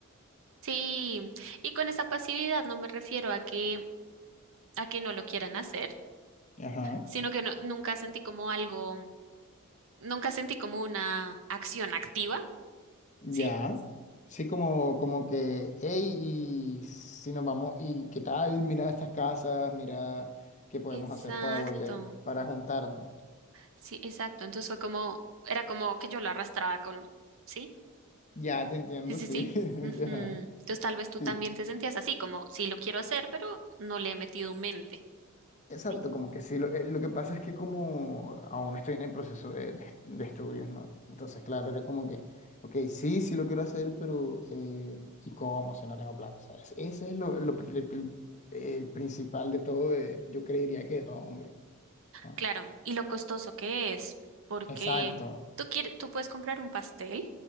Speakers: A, on the right; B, on the left.
A: Sí, y con esa pasividad no me refiero a que a que no lo quieran hacer,
B: Ajá.
A: sino que no- nunca sentí como algo, nunca sentí como una acción activa,
B: Ya,
A: ¿sí?
B: sí, como, como que, hey, y si nos vamos, y qué tal, mira estas casas, mira qué podemos
A: Exacto.
B: hacer para volver, para juntarnos.
A: Sí, exacto. Entonces fue como, era como que yo lo arrastraba con, ¿sí?
B: Ya te entiendo,
A: Sí, sí,
B: sí.
A: sí.
B: <laughs>
A: Ujú.
B: Ajá,
A: Entonces tal vez tú
B: Sí,
A: también te sentías así, como sí lo quiero hacer, pero no le he metido mente.
B: exacto,
A: Sí,
B: como que sí. Lo, eh, lo que pasa es que como aún estoy en el proceso de, de- de estudios, ¿no? Entonces, claro, era como que, ok, sí, sí lo quiero hacer, pero eh, ¿y cómo si no tengo plata, sabes? Ese es lo, lo- el, el- el principal de todo, de- yo creería que de todo hombre. ¿no?
A: Claro, y lo costoso que es, porque
B: Exacto.
A: tú quieres, tú puedes comprar un pastel,